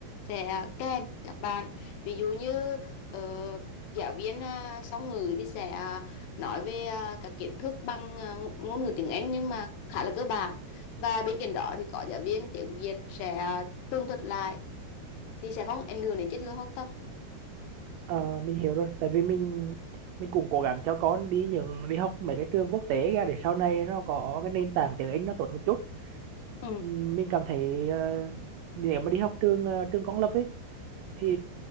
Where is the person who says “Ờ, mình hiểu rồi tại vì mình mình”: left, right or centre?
Right